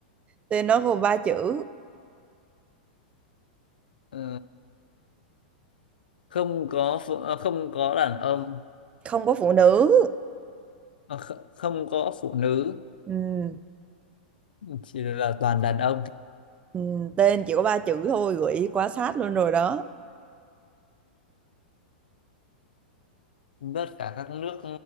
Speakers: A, on the right (about 25°); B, on the left (about 80°).
A: tên nó gồm ba chữ,
B: Ờ, không có phụ, à, không có đàn ông
A: không có phụ nữ.
B: à, kh- không có phụ nữ
A: Ừm,
B: chỉ là toàn đàn ông
A: ừm, tên chỉ có ba chữ thôi, gợi ý quá sát luôn rồi đó.
B: tất cả các nước